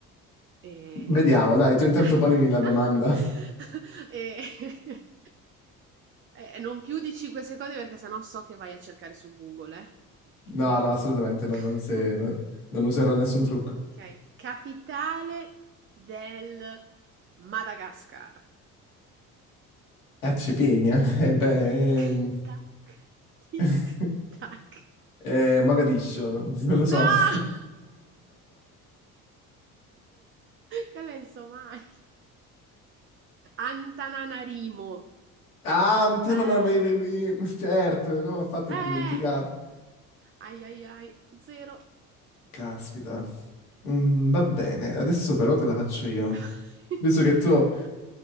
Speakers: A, on the right; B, on the left.
A: Ehm,
B: Vediamo, dai, tu intanto
A: <laughs>
B: ponimi la domanda.
A: e <laughs> e non più di 5 secondi perché sennò so che vai a cercare su Google, eh.
B: No,
A: Quindi.
B: no, assolutamente,
A: <laughs>
B: non, non se- no- non userò nessun trucco.
A: Ok, capitale del Madagascar.
B: Eh, Cipigna, <laughs> eh, beh,
A: Tic
B: ehm,
A: tac, tic
B: <laughs>
A: tac.
B: eh, Mogadiscio, non, non lo
A: No!
B: so.
A: <laughs>
B: <laughs>
A: Quella è in Somalia. Antananarimo.
B: Ah, Antonio,
A: Eh,
B: ma- ma- ma- certo, come ho fatto
A: eh,
B: a dimenticarlo?
A: ai ai ai, zero.
B: Caspita. Mm, va bene, adesso però te la faccio io.
A: <laughs>
B: Visto che tu,